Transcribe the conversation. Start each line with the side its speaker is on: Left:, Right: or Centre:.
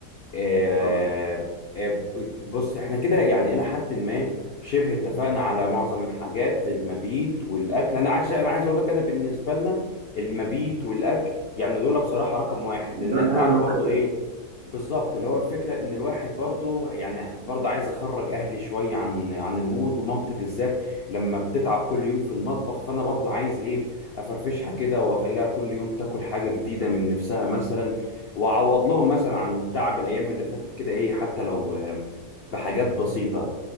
Left: آه،
Right: آه،
Left: آه، بص احنا كده يعني الى حد ما شبه اتفقنا على معظم الحاجات المبيت والاكل انا عايز انا عايز اقول لك انا بالنسبه لنا المبيت والاكل يعني دول بصراحه رقم واحد لان
Right: دول
Left: انت
Right: أهم
Left: عارف برضو
Right: حاجة
Left: ايه بالظبط اللي هو الفكره ان الواحد برضو يعني برضو عايز اخرج اهلي شويه عن عن المود ومامتي بالذات لما بتتعب كل يوم في المطبخ فانا برضو عايز ايه افرفشها كده واخليها كل يوم تاكل حاجه جديده من نفسها مثلا واعوض لهم مثلا عن تعب الايام اللي فاتت كده ايه حتى لو آه، بحاجات بسيطه